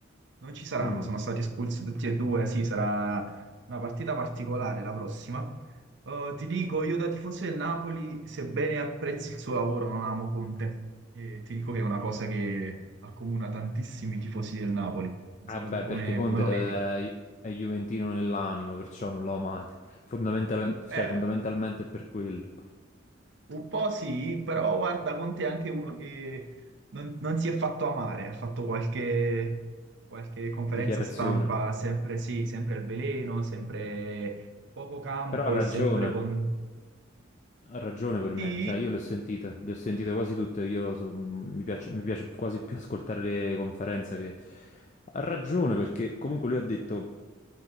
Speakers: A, on the right; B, on the left.
A: non ci saranno,
B: Mm.
A: sono stati espulsi tutti e due, sì, sarà una partita particolare la prossima. Eh, ti dico, io da tifoso del Napoli, sebbene apprezzi il suo lavoro, non amo Conte. E ti dico che è una cosa che accomuna tantissimi tifosi del Napoli. Non
B: Eh
A: so
B: beh,
A: tu come,
B: perché Conte
A: come lo
B: è,
A: vedi.
B: è juventino nell'anima, perciò non lo amate. Fondamental- cioè,
A: Eh,
B: fondamentalmente è per quello.
A: Un po' sì, però guarda, Conte è anche uno che non, non si è fatto amare, ha fatto qualche, qualche conferenza
B: Dichiarazione.
A: stampa, sempre sì, sempre al veleno, sempre poco campo
B: Però ha ragione,
A: e sempre con...
B: ha ragione per me,
A: Sì,
B: cioè io le ho sentite, le ho sentite quasi tutte, io so- mi piace, mi piace quasi più ascoltare le conferenze che... Ha ragione perché comunque lui ha detto